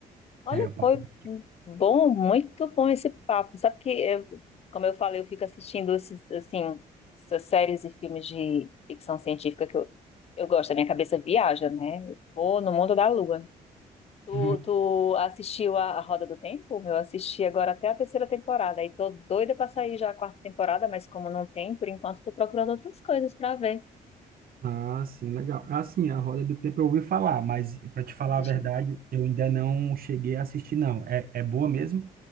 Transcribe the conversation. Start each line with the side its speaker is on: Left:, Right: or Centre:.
Left: Olha,
Right: É, o papel.
Left: foi bom, muito bom esse papo. Sabe que, eu- como eu falei, eu fico assistindo esses, assim, essas séries e filmes de ficção científica que eu, eu gosto. A minha cabeça viaja, né? Eu vou no mundo da lua. Tu,
Right: <laughs>
Left: tu assistiu a, a Roda do Tempo? Eu assisti agora até a terceira temporada. E tô doida pra sair já a quarta temporada, mas como não tem, por enquanto tô procurando outras coisas pra ver.
Right: Ah, sim, legal. Assim, a Roda do Tempo eu ouvi falar, mas para te falar
Left: Não assistindo.
Right: a verdade, eu ainda não cheguei a assistir, não. É, é boa mesmo?